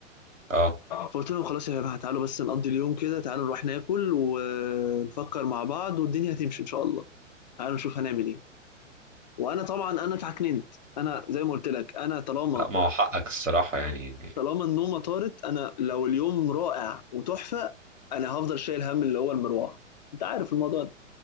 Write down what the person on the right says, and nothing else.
اه
لا ما هو حقك الصراحة يعني